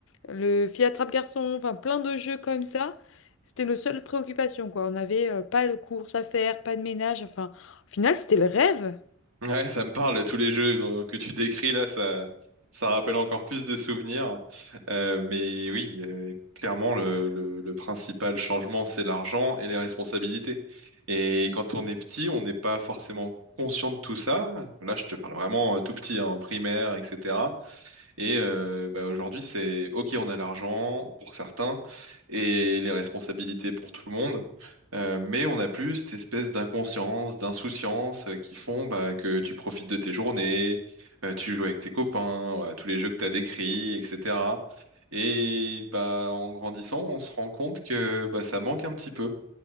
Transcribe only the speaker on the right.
Ouais, ça me parle, tous les jeux dont- que tu décris là, ça, ça rappelle encore plus de souvenirs. Euh, mais oui, euh, clairement, le, le- le principal changement, c'est l'argent et les responsabilités. Et quand on est petit, on n'est pas forcément conscient de tout ça. Là, je te parle vraiment euh, tout petit, hein, en primaire, etc. Et euh, bah, aujourd'hui, c'est OK, on a l'argent pour certains et les responsabilités pour tout le monde, euh, mais on a plus cette espèce d'inconscience, d'insouciance euh, qui font bah, que tu profites de tes journées, euh, tu joues avec tes copains, à tous les jeux que tu as décrits, etc. Et bah, en grandissant, on se rend compte que bah, ça manque un petit peu